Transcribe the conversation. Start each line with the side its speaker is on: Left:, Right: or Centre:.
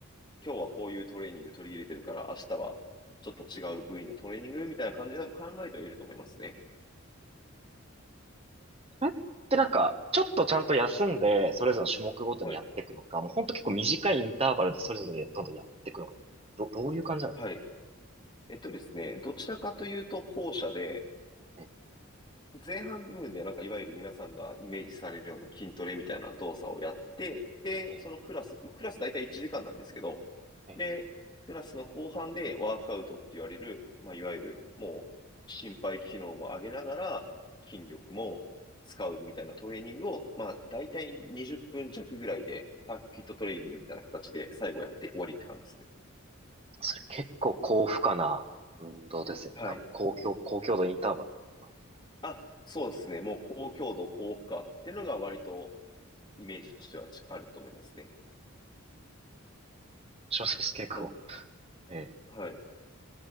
Left: 今日はこういうトレーニング取り入れてるから、明日はちょっと違う部位のトレーニングみたいな感じで多分考えてはいると思いますね。
Right: それってなんか、ちょっとちゃんと休んで、それぞれの種目ごとにやっていくのか、
Left: はい。
Right: もうほんと結構短いインターバルでそれぞれどんどんやっていくのか、ど、どういう感じなんですか
Left: はい。えっとですね、どちらかというと後者で、
Right: え、
Left: 前半部分でなんかいわゆる皆さんがイメージされるような筋トレみたいな動作をやって、で、
Right: え、
Left: そのクラス、まあクラス大体1時間なんですけど、
Right: え、
Left: で、クラスの後半でワークアウトって言われる、まあ、いわゆるもう心肺機能も上げながら筋力も使うみたいなトレーニングを、まあ、大体20分弱ぐらいでサーキットトレーニングみたいな形で最後やって終わりって感じですね。
Right: それ結構高負荷な運動ですよね。
Left: はい。
Right: 多分、高強、高強度インターバルか。
Left: あ、そうですね。もう高強度、高負荷っていうのが割とイメージとしてはちあると思いますね。
Right: 小説結構。
Left: なん
Right: ええ。
Left: はい。